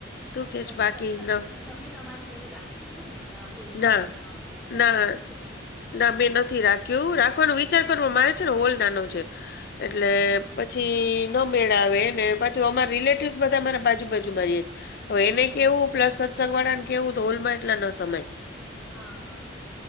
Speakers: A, on the left; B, in the centre.
A: શું કે
B: પછી
A: છે બાકી
B: ત ત
A: ન-
B: તમે તમારી ઘરે રાખ્યું છે એમ કોઈ વાર
A: ના
B: એમ કીર્તન
A: ના
B: રાખ્યું છે.
A: ના મેં નથી રાખ્યું રાખવાનો વિચાર કરવો મારે છે ને હોલ નાનો છે. એટલે
B: હા હા
A: પછી ન મેળ આવેને પાછું અમાર રિલેટિવસ બધા અમારા બાજુબાજુ મા રીએ છે. હવે
B: હા
A: એને
B: હા
A: કેવું પ્લસ સત્સંગ વાળા ને કેવું તો હોલમાં એટલા ન સમાય.
B: હા હા